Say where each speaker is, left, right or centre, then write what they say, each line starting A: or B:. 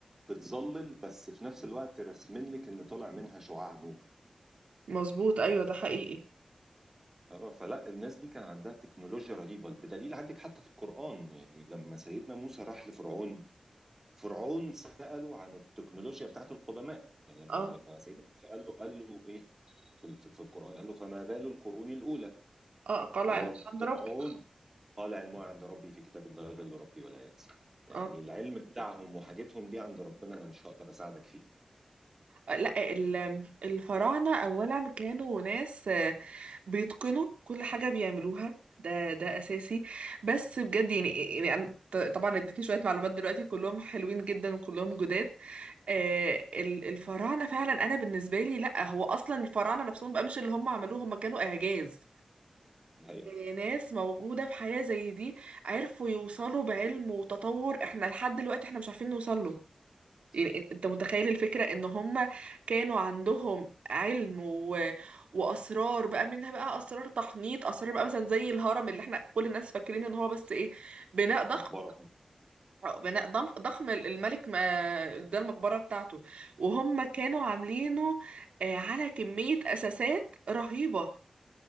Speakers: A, on the right; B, on the right.
A: بتظلل بس في نفس الوقت راسمين لك ان طالع منها شعاع نور
B: مظبوط ايوه ده حقيقي
A: فاهمة؟ فلا الناس دي كان عندها تكنولوجيا رهيبة بدليل عندك حتى في القرآن يعني لما سيدنا موسى راح لفرعون فرعون سأله عن التكنولوجيا بتاعت القدماء يعني لما
B: اه
A: لما سيدنا موسى قال له قال له ايه في في في القرآن قال له فما بال القرون الأولى
B: اه قلع
A: اللي هو
B: الحمد
A: فرعون
B: ربي
A: قال علمها عند ربي في كتاب لا يضل ربي ولا ينسى يعني
B: اه
A: العلم بتاعهم وحاجتهم دي عند ربنا أنا مش هقدر أساعدك فيها
B: لا ال- الفراعنة أولا كانوا ناس آه، بيتقنوا كل حاجة بيعملوها ده ده أساسي بس بجد يعني يعني أنا ط- طبعا اديتني شوية معلومات دلوقتي كلهم حلوين جدا وكلهم جداد آه، ال- الفراعنة فعلا أنا بالنسبة لي لا هو أصلا الفراعنة نفسهم بقى مش اللي هم عملوه هم كانوا إعجاز
A: صحيح
B: آه، ناس موجودة في حياة زي دي عرفوا يوصلوا بعلم وتطور احنا لحد دلوقتي احنا مش عارفين نوصل له
A: صحيح
B: يعني انت متخيل الفكرة ان هم كانوا عندهم علم و... واسرار بقى منها بقى اسرار تحنيط اسرار بقى مثلا زي الهرم اللي احنا كل الناس فاكرين ان هو بس ايه بناء ضخم
A: مقبرة أهو.
B: بناء ضم- ضخم الملك ما ده المقبرة بتاعته وهم كانوا عاملينه آه، على كمية اساسات رهيبة